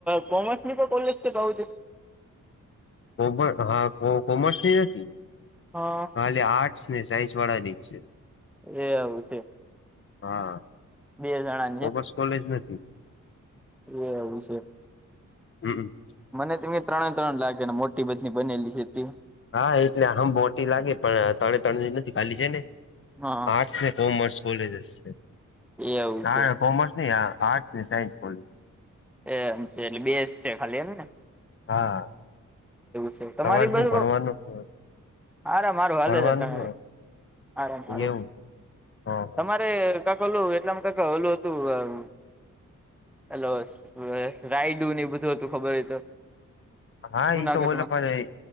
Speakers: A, in the centre; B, on the left.
A: કોમર્સ ની પણ કોલેજ છે કું છે?
B: કોમ હા કો કોમર્સ ની નથી.
A: હા!
B: ાલી આર્ટસ ને, સાયન્સ વાળા ની જ છે.
A: એ આવું છે.
B: હા!
A: બે જણા.
B: કોમર્સ કોલેજ નથી.
A: એ એવું છે.
B: હમ!
A: મને તં ત્રણે ત્રણ લાગે ને, મોટી બધની બનેલી છે ત.
B: હા એટલે આમ મોટી લાગે પણ તણે તણ નથી ખાલી. છે ને
A: હા
B: આર્ટસ ને કોમર્સ કોલેજસ છે
A: એવું
B: હા
A: છે
B: કોમર્સ આર્ટસ સાયન્સ કોલેજ
A: એમ છે એટલે બેસ છે ખાલી હને.
B: હા.
A: છે તમારી
B: સવારે શું
A: બાજુ
B: ભણવાનું છ
A: હારા મારું હાલે
B: ભણવાનું
A: તમારે
B: છે?
A: હારા મારું
B: એવું છે હ.
A: તમારે કક ઓેલું એટલામાં કક ઓલું હતું. હલો રાયડું નની બધું હતું ખબર હોય તો
B: હા
A: જુનાગઢમાં
B: એ તો બોલે પણ